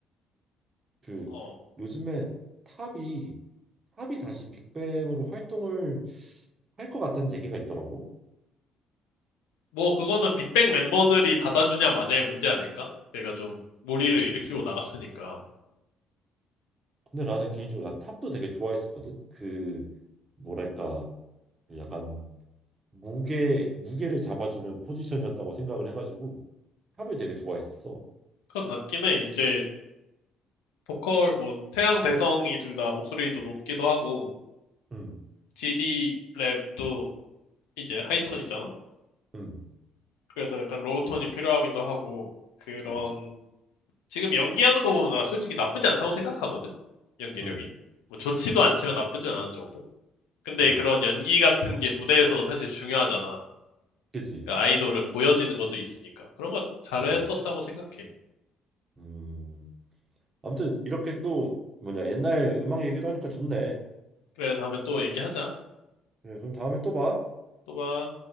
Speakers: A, on the right (about 35°); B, on the left (about 70°).
A: 그
B: 어,
A: 요즘에 탑이 탑이 다시 빅뱅으로 활동을 할 것 같다는 얘기가 있더라고.
B: 뭐 그거는 빅뱅 멤버들이 받아주냐 마냐의 문제 아닐까? 걔가 좀 무리를 일으키고 나갔으니까.
A: 근데 나는 개인적으로 난 탑도 되게 좋아했었거든. 그 뭐랄까 그 약간 무게 무게를 잡아주는 포지션이었다고 생각을 해가지고 탑을 되게 좋아했었어.
B: 그건 맞긴 해. 이제 보컬 뭐 태양 대성이 둘 다 목소리도 높기도 하고
A: 응
B: GD 랩도 이제 하이톤이잖아.
A: 응
B: 그래서 약간 로우톤이 필요하기도 하고 그런
A: 응 응
B: 지금 연기하는 거 보면 나 솔직히 나쁘지 않다고 생각하거든. 연기력이.
A: 응
B: 뭐 좋지도 않지만 나쁘지 않은 정도. 근데
A: 응.
B: 그런 연기 같은 게 무대에서 사실 중요하잖아.
A: 그지,
B: 그러니까 아이돌은 보여지는 것도 있으니까. 그런 거 잘했었다고
A: 그지, 그지.
B: 생각해.
A: 음. 아무튼 이렇게 또 뭐냐 옛날 음악 얘기도 하니까 좋네.
B: 그래, 다음에 또 얘기하자.
A: 그래, 그럼 다음에 또 봐.
B: 또 봐.